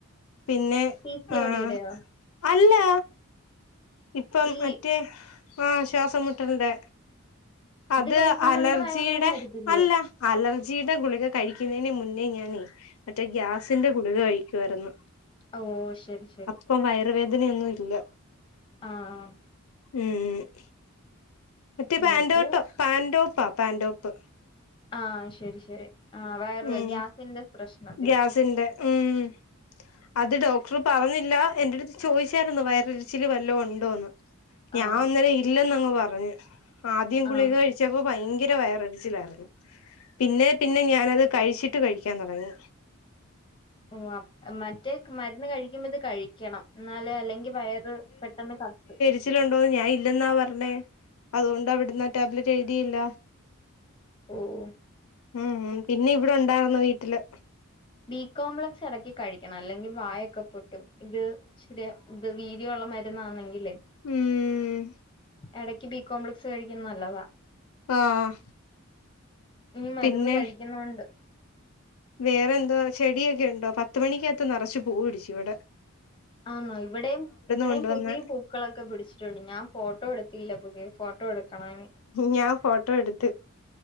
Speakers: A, on the left (about 80°); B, on the left (about 25°).
A: പിന്നെ
B: പി സി
A: ആഹ്
B: ഓ ഡി യുടെയോ
A: അല്ല ഇപ്പം
B: ഈ
A: മറ്റേ ആഹ് ശ്വാസംമുട്ടലിന്റെ അത്
B: കഴിക്കുന്നോണ്ട്
A: അലർജിയുടെ
B: വയറുവേദന വരത്തില്ലയോ
A: അല്ല അലർജിയുടെ ഗുളിക കഴിക്കുന്നതിന് മുന്നേ ഞാന് മറ്റേ ഗ്യാസിന്റെ ഗുളിക കഴിക്കായിരുന്നു
B: ഓ ശരി ശരി
A: ഇപ്പം വയറുവേദനയൊന്നും ഇല്ല
B: ആഹ്
A: ഉം മറ്റേ പാൻടോട്ടോ
B: എനിക്ക്
A: പാൻറ്ടോപ്പാ പാൻടോപ്പ്
B: ആഹ് ശരി ശരി ആഹ് വയറ്
A: ഉം
B: ഗ്യാസിന്റെ പ്രശ്നത്തിന്
A: ഗ്യാസിന്റെ ഉം അത് ഡോക്ടർ പറഞ്ഞില്ല എന്റെടുത്ത് ചോദിച്ചായിരുന്നു വയറിരിച്ചിൽ വല്ലോ ഉണ്ടോ എന്ന് ഞാൻ
B: ആഹ്
A: അന്നേരം ഇല്ലന്നങ് പറഞ്ഞു ആദ്യം ഗുളിക
B: ആഹ്
A: കഴിച്ച് കഴിച്ചപ്പോ ഭയങ്കര വയറിടിച്ചിലായിരുന്നു പിന്നെ പിന്നെ ഞാനത് കഴിച്ചിട്ട് കഴിക്കാൻ തൊടങ്ങി
B: ഓ മറ്റേ മരുന്ന് കഴിക്കുമ്പ ഇത് കഴീ ക്കണം എന്നാല് അല്ലെങ്കിൽ വയറ് പെട്ടെന്ന് കത്തും
A: ച്ചിലണ്ടോന്നന്ന് ഞാൻ ഇല്ലെന്നാ പറഞ്ഞേ അതുകൊണ്ട് അവിടന്ന് ടാബ്ലറ്റ് എഴുതിയില്ല
B: ഓ ഓ
A: ഉം പിന്നെ ഇവിടെ ഉണ്ടായിരുന്നു വീട്ടില്
B: ബീ കോംപ്ലക്സ് എടക്ക് കഴിക്കണം അല്ലെങ്കിൽ വായൊക്കെ പൊട്ടും ത് ശരി ഇത് വീര്യുള്ള മരുന്നാണെങ്കില്
A: ഉം
B: എടയ്ക്ക് ബി കോംപ്ലക്സ് കഴിക്കുന്നല്ലവതാ
A: ആഹ്
B: ഉം മരുന്ന്
A: പിന്നെ
B: കഴിക്കുന്ന്ണ്ട്
A: വേറെ എന്താ ചെടിയൊക്കെ ഉണ്ടോ പത്ത് മണിക്കകത്ത് നറച്ചു പൂവ് പിടിച്ചു ഇവടെ
B: ആണോ ഇവിടെയും ഇവിടെയും
A: കൊണ്ടുവന്ന
B: പുതിയ പൂ ക്കളൊക്കെ പിടിച്ചിട്ടുണ്ട് ഞാൻ ഫോട്ടോ എടുത്തില്ല പുതിയ ഫോട്ടോ എടുക്കണനി
A: ഞാൻ ഫോട്ടോ എടുത്ത്